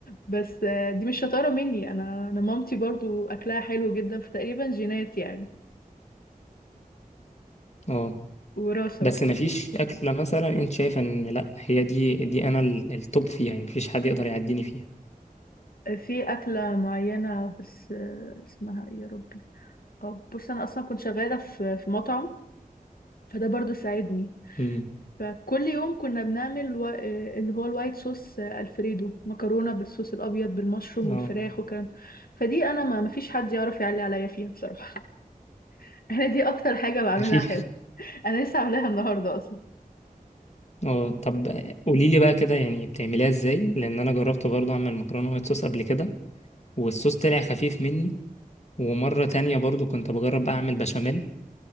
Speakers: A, on the left (about 80°); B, on the left (about 50°).
A: بس آه، دي مش شطاره مني انا انا مامتي برضو اكلها حلو جدا فتقريبا جينات يعني
B: اه
A: وراثه
B: بس
A: بقى
B: مفيش أكلة مثلا أنت شايفة إن لأ هي دي دي أنا ال- التوب فيها يعني مفيش حد يقدر يعديني فيها
A: آه، في اكله معينه بس آه، اسمها ايه يا ربي آه، بص انا اصلا كنت شغاله في في مطعم فده برضو ساعدني
B: امم
A: فكل يوم كنا بنعمل و... آه، اللي هو الوايت صوص آه، الفريدو مكرونه بالصوص الابيض بالمشروم
B: اه
A: والفراخ وكان فدي انا ما مفيش حد يعرف يعلي عليا فيها بصراحه <laughs> انا دي اكتر حاجه بعملها
B: <laughs> أكيد
A: حلو انا لسه عاملاها النهارده اصلا
B: اه طب قولي لي بقى كده يعني بتعمليها إزاي لأن أنا جربت برضه أعمل مكرونة وايت صوص قبل كده والصوص طلع خفيف مني ومرة تانية برضه كنت بجرب أعمل بشاميل